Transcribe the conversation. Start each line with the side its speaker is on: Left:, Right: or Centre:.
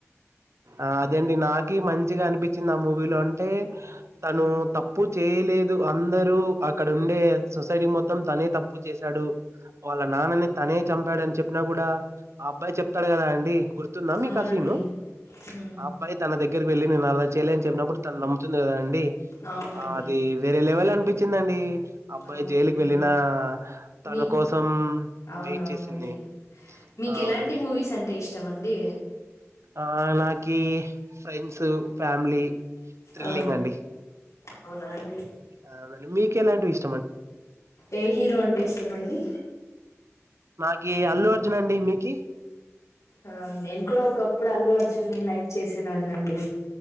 Right: ఆహ్ అదండి నాకీ మంచిగా అనిపి. చ్చిన మూవీలో అంటే తను
Left: హ్మ్.
Right: తప్పు చేయలేదు అందరి. అక్కడుండే సొసైటీ మొత్తం తనే తప్పు చేశాడు. వాళ్ళ నాన్నని తనే చంపాడని చెప్పినా కూడా ఆ అబ్బాయి చెప్తడు కదా అండి గుర్. గుర్తుందా మీకా
Left: అవునండి.
Right: సీను
Left: హ్మ్.
Right: ఆ అబ్బాయి తన దగ్గరికి వెళ్ళి నేను అలా చేయలేదు అని చెప్పినప్పుడు తను నమ్ము. తుంది కదాండి
Left: అవునండి.
Right: ఆహ్ అది వేరే లెవెల్ అనిపించిందండి. అబ్బాయి
Left: అవునండి.
Right: జేలుకి వెళ్ళిన తన
Left: మీ
Right: కోసం
Left: అవునవునండి.
Right: వెయిట్ చేసింది.
Left: మీకెలాంటి
Right: ఆ, అవునండి.
Left: మూవీస్ అంటే ఇష్టమండి.
Right: ఆహ్ నాకి ఫ్రెండ్స్ ఫ్యామిలీ. త్రిల్లింగ్
Left: ఆ
Right: అండి
Left: అవునా అండి.
Right: అవునండి మీకెలాంటి ఇష్.
Left: ఏ హీరో అంటే ఇష్టమండి.
Right: నాకి అల్లు అర్జునండి మీకి.
Left: ఆహ్ నేను కూడా ఒకప్పుడు అల్లుఅర్జున్ ని లైక్ చేసేదాన్నిండి.